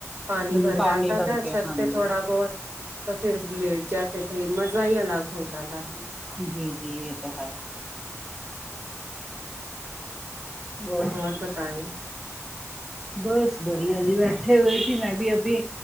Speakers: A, on the right (about 45°); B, in the centre.
A: پانی
B: ہ
A: بھر
B: پانی
A: جاتا
B: بھر
A: تھا
B: کے
A: چھت
B: ہاں
A: پہ تھوڑا
B: جی
A: بہت تو پھر بلیٹ جاتے تھے مزہ ہی الگ ہوتا تھا
B: جی جی یہ تو ہے وہ
A: اور بتائیں
B: بس بڑھیا جی بیٹھے ہوئے تھی میں بھی ابھی